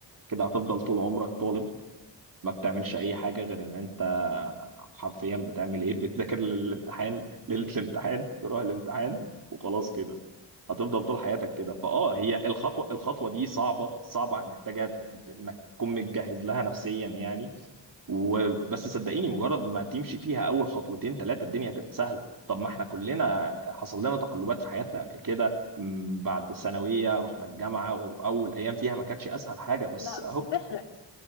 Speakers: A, on the right; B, on the left.
A: كده هتفضل طول عمرك طالب ما بتعملش اي حاجه غير ان انت حرفيا بتعمل ايه بتذاكر للامتحان ليله الامتحان تروح الامتحان وخلاص
B: مهم.
A: كده هتفضل طول حياتك كده
B: يعني
A: فاه
B: اه
A: هي الخطوه الخطوه دي صعبه صعبه محتاجه انك تكون متجهز لها نفسيا يعني وبس صدقيني مجرد ما تمشي فيها اول خطوتين ثلاثه الدنيا هتبقى سهله طب ما احنا كلنا حصل لنا تقلبات في حياتنا قبل كده م، بعد الثانويه رحنا الجامعه واول ايام فيها ما كانتش اسهل حاجه بس
B: لا
A: اهو
B: بس تفرق